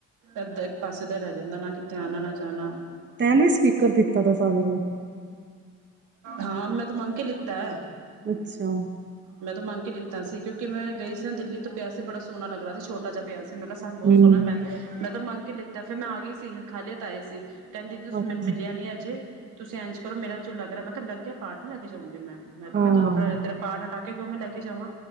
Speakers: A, on the right (about 85°); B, on the right (about 35°).
A: ਇੱਦਾਂ ਇੱਕ ਪਾਸੇ ਦਾ ਰਹ ਫਿਰਨਾ ਨਾ ਕਿਤੇ ਆਉਣਾ ਨਾ ਜਾਣਾ
B: ਤੈਨ ਵੀ ਸਪੀਕਰ ਦਿੱਤਾ ਦਾ ਸਾਗਰ ਨੇ
A: ਹਾਂ ਮੈਂ ਤੇ ਮੰਗ ਕੇ ਲਿੱਤਾ ਹੈ
B: ਅੱਛਾ
A: ਮੈਂ ਤਾਂ ਮੰਗ ਕੇ ਲਿੱਤਾ ਸੀ ਕਿਉਂਕਿ ਮੈਂ ਗਈ ਸੀ ਨਾ ਦਿੱਲੀ ਤੇ ਪਿਆ ਸੀ ਬੜਾ ਸੋਹਣਾ ਲੱਗਹਾ ਸੀ ਛੋਟਾ ਜਾ ਪਿਆ ਸੀ ਤੇਨੁ ਮੈਂ ਦਸਾਂ ਬੌਤ
B: ਹੂੰ।
A: ਸੋਨਾ ਮੈਂ ਮੈਂ ਤਾਂ ਮੰਗ ਕੇ ਲਿੱਤੇ ਫਿਰ ਮੈਂ ਆ ਗਈ ਸੀ ਖਾਲੀ ਹਾਥ ਆਏ ਸੀ। ਕੇੰਦੀਦੀ ਤੁਸੀਂ
B: ਅੱਛਾ,
A: ਮੈਨੂੰ ਮਿਲਿਆ ਨੀ ਅਜੇ। ਤੁਸੀਂ ਐਜ ਚਲੋ ਮੇਰਾ ਜੋ ਲੱਗ ਰਿਐ ਮੈਂ ਕਿਆ ਲੱਗ ਗਿਆ ਪਾਠ ਲੀ ਲੈ ਕੇ ਜਾਊਂਗੀ ਮੈਂ। ਮੈਂ ਕਿਹਾ
B: ਹਾਂ,
A: ਮੈਨੂੰ ਤੇ ਤੁੰ ਵੱਖਰਾ <unintelligible> ਤੇਰੇ ਪਾਠ ਹਟਾ ਕ ਕੇ <unintelligible> ਮੈੰ ਲੈ ਕੇ ਜਾਵਾਂ।